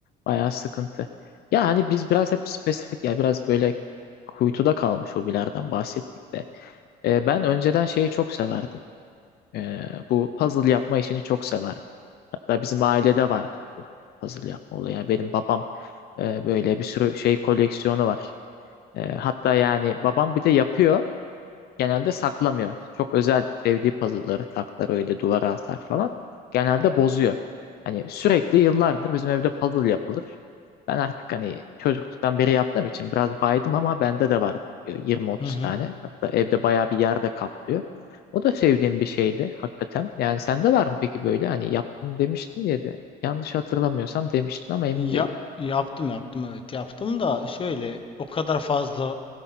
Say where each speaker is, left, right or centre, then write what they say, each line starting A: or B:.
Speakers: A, on the left; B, on the left.
A: Bayağı sıkıntı. Ya hani biz biraz hep spesifik ya biraz böyle kuytuda kalmış hobilerden bahsettik de. Ee, ben önceden şeyi çok severdim. Ee, bu puzzle yapma işini çok severdim. Hatta bizim ailede vardı bu puzzle yapma olayı. Yani benim babam e, böyle bir sürü şey koleksiyonu var. E, hatta yani babam bir de yapıyor genelde saklamıyor. Çok özel sevdiği puzzle'ları saklar öyle duvara asar falan. Genelde bozuyor. Hani sürekli yıllardır bizim evde puzzle yapılır. Ben artık hani çocukluktan beri yaptığım için biraz baydım ama bende de var 20-30
B: Hı hı.
A: tane. Hatta evde bayağı bir yerde kaplıyor. O da sevdiğim bir şeydi hakikaten. Yani sende var mı peki böyle hani yaptım demiştin ya da yanlış hatırlamıyorsam demiştin ama emin
B: Ya,
A: değilim.
B: yaptım yaptım evet yaptım da şöyle o kadar fazla